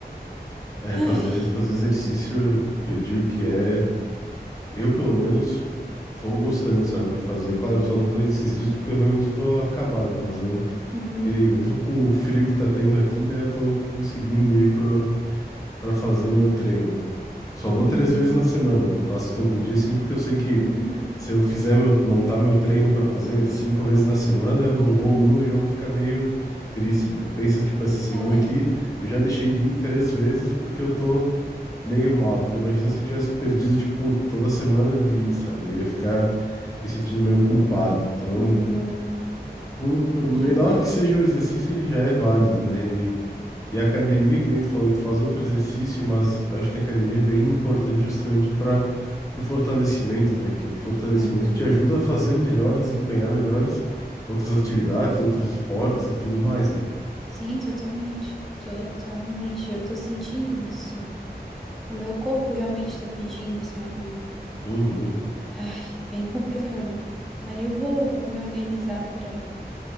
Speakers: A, on the left (about 20°); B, in the centre.
A: É,
B: Ai,
A: fazer, fazer exercício, eu eu digo que é. Eu, pelo menos, tô gostando, sabe, de fazer. Claro, eu só não tô indo esses dias porque eu realmente tô acabado, mas eu
B: Uhum,
A: queria ir. Mesmo com o frio que tá tendo aqui, né, eu tô conseguindo ir pra para fazer meu treino, né? Só
B: uhum,
A: vou três vezes na semana, não faço todo dia, assim, porque eu sei que
B: uhum,
A: se eu fizer meu, montar meu treino para fazer cinco vezes na semana, eu não vou uma, eu já vou ficar meio triste, né? Pensa, tipo, essa semana
B: é,
A: aqui, eu já deixei de ir três vezes porque eu tô meio mal. Então imagina se eu tivesse perdido, tipo, toda semana de ir, sabe? Eu ia ficar me sentindo meio culpado. Então
B: uhum,
A: por, por menor
B: justo.
A: que seja o exercício, ele já é válido, né? E, e a academia, que nem tu falou, tu faz outro exercício, mas eu acho que a academia é bem importante justamente para o fortalecimento, né? Que o fortalecimento
B: uhum.
A: te ajuda a fazer melhor, desempenhar melhores outras atividades, outros esportes e tudo mais, né?
B: Sim, totalmente. Totalmente. Eu tô sentindo isso. O meu corpo realmente tá pedindo, sabe?
A: Uhum.
B: Ai, bem complicado. Aí eu vou, vou me organizar para